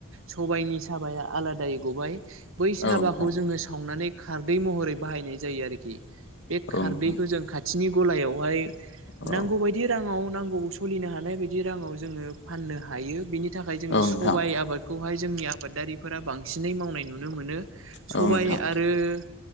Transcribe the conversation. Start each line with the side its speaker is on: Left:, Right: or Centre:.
Right: सबायनि साबाया आलादायै गबाय बै
Left: नोंथां
Right: साबाखौ जोङो सावनानै खारदै महरै बाहायनाय जायो आरोखि बे
Left: औ
Right: खारदैखौ
Left: नोंथां
Right: जों खाथिनि गलायावहाय
Left: औ
Right: नांगौ बायदि राङाव नांगौ सोलिनो हानाय बायदि राङाव जोङो फाननो हायो बिनि नि थाखाय जोङो
Left: औ नोंथां
Right: सबाय आबादखौहाय जोंनि आबादारिफोरा बांसिनै मावनाय नुनो मोनो सबाय
Left: औ नोंथां
Right: आरो